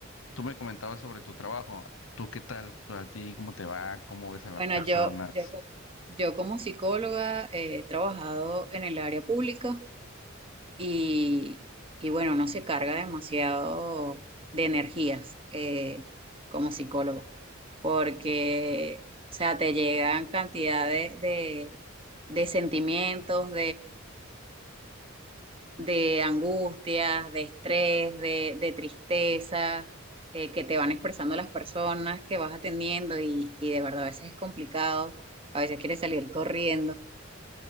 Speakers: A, on the left; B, on the right.
A: tú me comentabas sobre tu trabajo. ¿Tú qué tal? ¿Tú a ti cómo te va? ¿Cómo ves a las
B: bueno,
A: personas?
B: yo, yo, co- yo como psicóloga eh, he trabajado en el área pública y, y bueno, uno se carga demasiado de energías eh, como psicólogo, porque, o sea, te llegan cantidad de, de, de sentimientos, de angustias, de estrés, de, de tristeza, eh, que te van expresando las personas que vas atendiendo y, y de verdad a veces es complicado, a veces quieres salir corriendo